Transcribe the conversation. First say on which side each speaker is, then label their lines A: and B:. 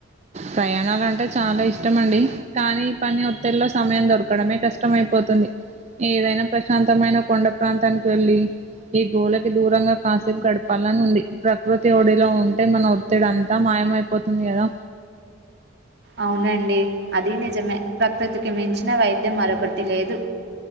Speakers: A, on the right; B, on the right.
A: ప్రయాణాలంటే చాలా ఇష్టం అండి కానీ ఈ పని ఒత్తేల్లో సమయం దొర్కడమే కష్టం అయిపోతుంది. ఏదైనా ప్రశాంతమైన కొండ ప్రాంతానిక్ వెళ్ళి ఈ గోళకి దూరంగా కాసేప్ గడపాలనుంది. ప్రకృతి ఒడిలో ఉంటే మన ఒత్తిడంతా మాయ్ యమైపోతుంది గదా
B: అవునండి అది నిజమే ప్రకృతికి మించిన వైద్యం మరొకటి లేదు.